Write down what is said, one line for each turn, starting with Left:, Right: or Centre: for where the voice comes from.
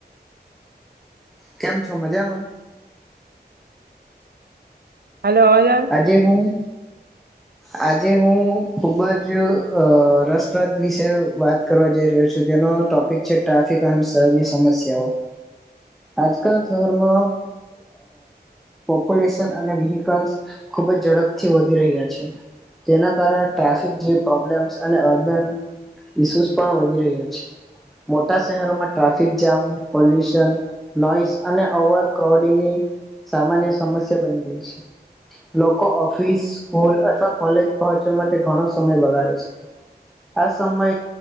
Centre: કેમ છો મજામાં
Right: હાલો અવાજ આવે
Centre: આજે હું આજે હું ખુબ જ રસપ્રદ વિશે વાત કરવા જઈ રહ્યો છું તેનો ટોપિક છે ટ્રાફિક અને શરની સમસ્યાઓ આજકા શહેરમાં પોપ્યુલેશન અને વહક ખબ જ ઝડપથી વધી રહ્યા છે. તેના કારણે ટ્રાફિક જે પ્રોબ્લેમ્સ અને અર્બન ઇસ્યુઝ પણ વધી રહ્યા છે. મોટા શહેરોમાં ટ્રાફિક જામ પોલ્યુશન નોઈસ અને ઓવર ક્રાઉડિંગની સામાન્ય સમસ્યા બની ગઈ છે. લોકો ઓફિસ, સ્કૂલ અથવા કોલેજ પહોંચવા માટે ઘણો સમય બગાડે છે. આ સમય